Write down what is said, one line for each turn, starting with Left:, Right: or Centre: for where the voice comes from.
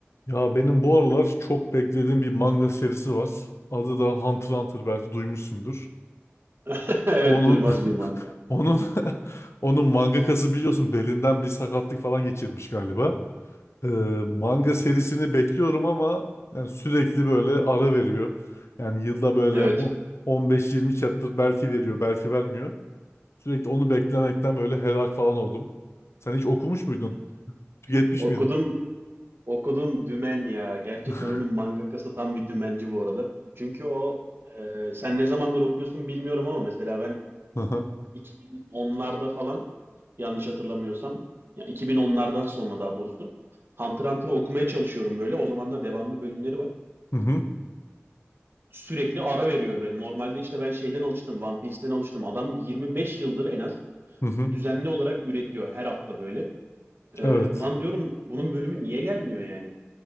Left: Ya benim bu aralar çok beklediğim bir manga serisi var. Adı da Hunter x Hunter belki duymuşsundur.
Right: <laughs> Evet
Left: Onun
Right: duymaz
Left: <laughs>
Right: mıyım Antran'da?
Left: onun <laughs> onun mangakası biliyorsun belinden bir sakatlık falan geçirmiş galiba. Ee, manga serisini bekliyorum ama yani sürekli böyle ara veriyor. Yani yılda böyle
Right: Evet.
Left: on- 15-20 chapter belki veriyor, belki vermiyor. Sürekli onu beklemekten böyle helak falan oldum. Sen hiç okumuş muydun? Tüketmiş
Right: Okudum
Left: miydin?
Right: okudum Dümen ya. Gerçekten
Left: <laughs>
Right: onun mangakası tam bir dümenci bu arada. Çünkü o e, sen ne zamandır okuyorsun bilmiyorum ama mesela ben
Left: Hı hı.
Right: 2010'larda falan yanlış hatırlamıyorsam ya 2010'lardan sonra daha doğrusu Hunter x Hunter'ı okumaya çalışıyorum böyle. O zaman da devamlı bölümleri var.
Left: Hı hı.
Right: Sürekli ara veriyor böyle. Normalde işte ben şeyden alıştım, One Piece'den alıştım. Adam 25 yıldır en az
Left: Hı hı.
Right: düzenli olarak üretiyor her hafta böyle. Ee,
Left: Evet.
Right: ulan diyorum bunun bölümü niye gelmiyor yani?